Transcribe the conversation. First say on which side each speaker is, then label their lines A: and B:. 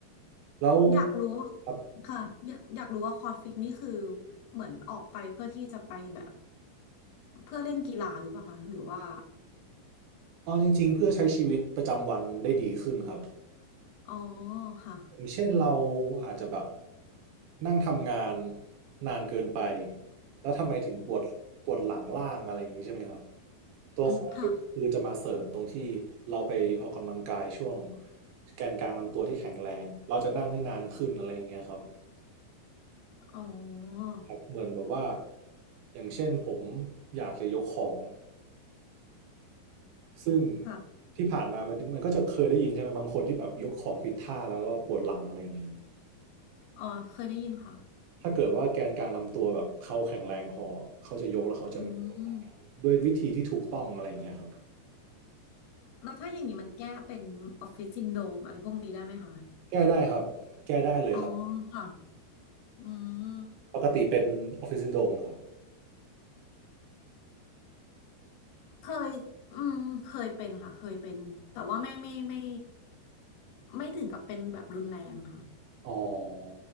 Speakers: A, on the right; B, on the left.
A: แล้ว
B: อยากรู้ว่า
A: ครับ
B: ค่ะอยากอยากรู้ว่าคอร์สฟิตนี่คือเหมือนออกไปเพื่อที่จะไปแบบเพื่อเล่นกีฬาหรือเปล่าคะหรือว่า
A: อ๋อจริงๆเพื่อใช้ชีวิตประจำวันได้ดีขึ้นครับ
B: อ๋อค่ะ
A: อย่างเช่นเราอาจจะแบบนั่งทำงานนานเกินไปแล้วทำไมถึงปวดปวดหลังล่างอะไรอย่างนี้ใช่ไหมครับตัวคอร์ฟิตคือจะมาเสริมตรงที่เราไปออกกำลังกายช่วง
B: อืมค่ะ
A: แกนกลางลำตัวที่แข็งแรงเราจะนั่งได้นานขึ้นอะไรอย่างเงี้ยครับ
B: อ๋อ
A: ครับเหมือนแบบว่าอย่างเช่นผมอยากจะยกของซึ่ง
B: ค่ะ
A: ที่ผ่านมามันมันก็จะเคยได้ยินใช่ไหมบางคนที่แบบยกของผิดท่าแล้วก็ปวดหลังอะไรอย่างเงี้ย
B: อ๋อเคยได้ยินค่ะ
A: ถ้าเกิดว่าแกนกลางลำตัวแบบเขาแข็งแรงพอเขาจะยกแล้วเขาจะไม่
B: อืม
A: ด้วยวิธีที่ถูกต้องอะไรอย่างเงี้ยครับ
B: แล้วถ้าอย่างนี้มันแก้เป็นออฟฟิศซินโดรมอะไรพวกนี้ได้ไหมคะ
A: แก้ได้ครับแก้ได้เลยครับ
B: อ๋อค่ะอืม
A: ปกติเป็นออฟฟิศซินโดรมนะครับ
B: เคยอืมเคยเป็นค่ะเคยเป็นแต่ว่าไม่ไม่ไม่ไม่ถึงกับเป็นแบบรุนแรงค่ะ
A: อ๋อ